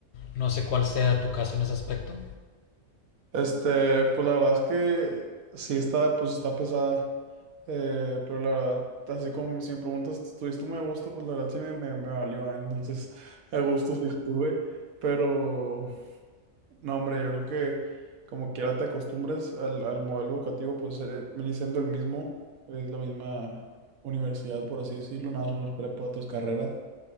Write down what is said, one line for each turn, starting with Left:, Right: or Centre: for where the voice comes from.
Left: No sé cuál sea tu caso en ese aspecto.
Right: Este, pues la verdad es que sí está, pues está pesada Eh, pero la verdad, así como si me preguntas, ¿estuviste muy a gusto? Pues la verdad sí me, me, me valió, ¿eh? Entonces, <laughs> a gusto sí estuve. Pero, no, hombre, yo creo que como quiera te acostumbres al, al modelo educativo, pues eh, viene siendo el mismo, es la misma universidad, por así decirlo, nada más unos prepa, otras carreras.